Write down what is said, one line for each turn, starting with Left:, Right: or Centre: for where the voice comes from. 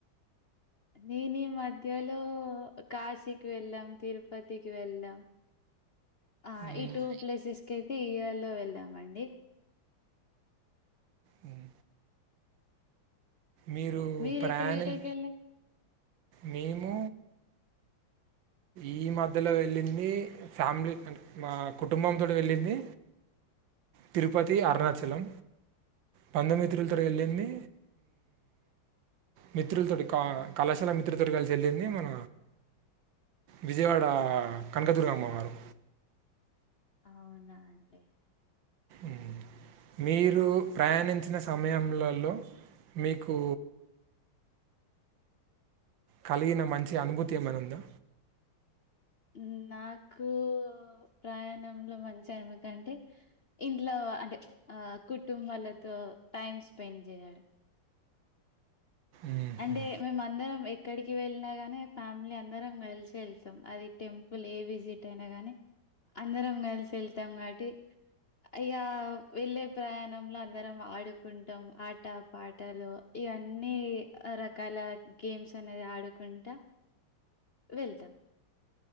Left: నేను ఈ మధ్యలో కాశీకి వెళ్ళాం తిరుపతికి వెళ్ళాం ఆ
Right: మ్మ్,
Left: ఈ టూ ప్లేసెస్కి అయితే ఈ ఈయర్ లో వెళ్ళామండి
Right: మ్మ్. మీరు
Left: మీరేక్కడ
Right: ప్రయాణం
Left: ఎక్కడకి వెళ్లేరు
Right: మేము ఈ మధ్యలో వెళ్ళింది ఫ్యామిలీ మా కుటుంబం తోటి వెళ్ళింది తిరుపతి అరుణాచలం బంధుమ్మిత్రులతో వెళ్ళింది మిత్రులతోటి కళాశాల మిత్రులతో కలిసి వెళ్ళింది మన విజయవాడ కనకదుర్గ అమ్మవారు
Left: అవునా అండి
Right: ఉ మీరు ప్రయాణించిన సమయంలలో మీకు కలిగిన మంచి అనుభూతి ఏమైన ఉందా
Left: హ్మ్ నాకు ప్రయాణంలో మంచి అనుభతి అంటే ఇంట్లో అంటే ఆ కుటుంబాలతో టైం స్పెండ్ చేయాడం
Right: మ్మ్హ్
Left: అంటే మేమ అందరం ఎక్కడికి వెళ్ళినా గాని ఫ్యామిలీ అందరం కలిసి వెళ్తాం అది టెంపుల్ ఇప్పులు ఏ విజిట్ అయినా గానీ అందరం కలిసి వెళ్తాం కాబట్టి ఇగా వెళ్ళే ప్రయాణంలో అందరం ఆడుకుంటాం ఆట పాటలు ఇ అన్నీ రకాల గేమ్స్ అనేది ఆడుకుంటా వెళ్తాం